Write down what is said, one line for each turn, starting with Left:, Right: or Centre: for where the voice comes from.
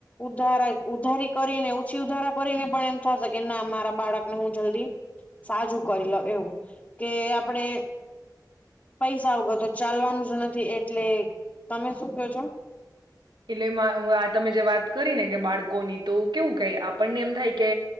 Left: ઉધારા ઉધારી કરીને ઓછી ઉધારા કરીને પણ એમ થશે, કે ના મારા બાળકને હું જલ્દી સાજું કરી લ એવું કે આપડે? પૈસા વગર તો ચાલવાનું જ નથી એટલે તમે શું કો છો?
Right: એટલે આ તમે જે વાત કરી ને કે બાળકોની તો કેવું કઈ આપણને એમ થાય કે.